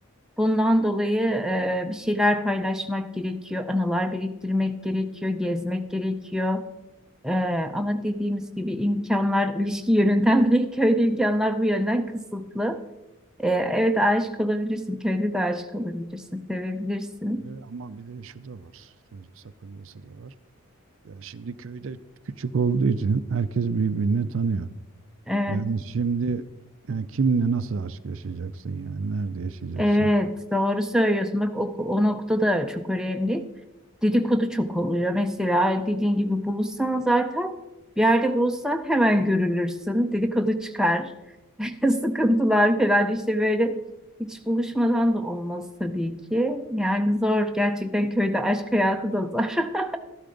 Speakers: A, in the centre; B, on the right.
A: Bundan dolayı e, bir şeyler paylaşmak gerekiyor, anılar biriktirmek gerekiyor, gezmek gerekiyor. E, ama dediğimiz gibi imkanlar ilişki yönünden bile <laughs> köyde imkanlar bu yönden kısıtlı. E, evet aşık olabilirsin, köyde de aşık olabilirsin, sevebilirsin.
B: Ve ama bir de şu da var. Söz sakıncası da var. Ya şimdi köyde küçük olduğu için herkes birbirini tanıyor.
A: Evet.
B: Yani şimdi yani kimle nasıl aşk yaşayacaksın yani? Nerede yaşayacaksın?
A: Evet, doğru söylüyorsun. Bak o, o nokta da çok önemli. Dedikodu çok oluyor. Mesela dediğin gibi buluşsan zaten bir yerde buluşsan hemen görülürsün. Dedikodu çıkar. <laughs> Sıkıntılar falan işte böyle hiç buluşmadan da olmaz tabii ki. Yani zor gerçekten köyde aşk hayatı da zor. <laughs>